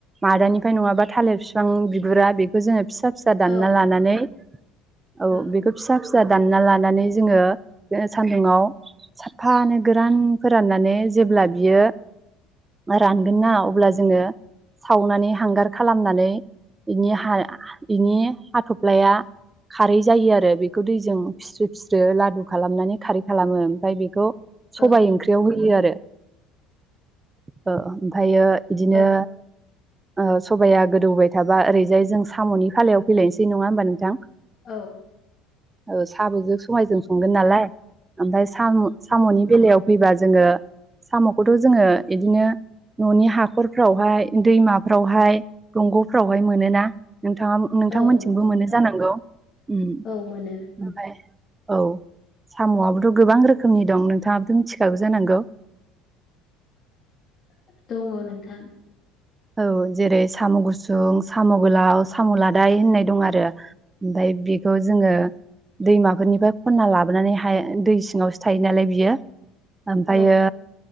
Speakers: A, on the right (about 15°); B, on the left (about 35°).
A: मादानिफ्राय नङाबा थालिर फिफां बिगुरा बेखौ जोङो फिसा फिसा दानना
B: औ
A: लानानै
B: नंगौ
A: औ
B: औ
A: बेखौ फिसा फिसा दानना लानानै जोङो सान्दुङाव साफानो गोरान फोराननानै जेब्ला बियो रानगोन ना अब्ला जोङो सावनानै हांगार खालामनानै बिनि हा बिनि हाथ'फ्लाया खारै जायो आरो बेखौ दैजों फिस्रो फिस्रो लादु खालामनानै खारै खालामो ओमफाय बेखौ सबाइ
B: ओ
A: ओंख्रियाव होयो आरो ओ ओमफायो इदिनो
B: औ
A: ओ सबाया गोदौबाय थाबा ओरैजाय जों साम'नि फालायाव फैलायनोसै नङा होमबा नोंथां
B: औ
A: ओ साबुजों सबायजों संगोन नालाय ओमफायशय सामु-साम'नि बेलायाव फैबा जोङो साम'खौथ' जोङो इदिनो न'नि हाखरफ्रावहाय दैमाफ्रावहाय दंग'फ्रावहाय मोनोना। नोंथाङा नोंथांमोनथिंबो
B: औ नंगौ
A: मोनो जानांगौ उम
B: औ मोनो
A: ओफाय औ साम'आबोथ' गोबां रोखोमनि दं नोंथाङाबोथ' मिथिखागो जानांगौ
B: <inaudible> दङ नोंथां
A: औ जेरै साम' गुसुं साम' गोलाव साम' लादाय होननाय दं आरो ओमफाय बेखौ जोङो दैमाफोरनिफाय खन्ना लाबोनानै हाय दै सिङावसो थायो नालाय बियो ओमफायो
B: औ